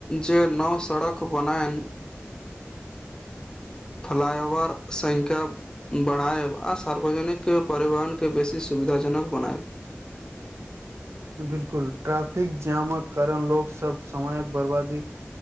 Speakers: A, on the left; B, on the right.
A: जे नव सड़क बनैन फ्लाइओवर संख्या बढ़ायब आ सार्वजनिक परिवहनके बेसी सुविधाजनक बनायब
B: बिल्कुल ट्राफिक जामक करण लोक सब समयक बर्बादी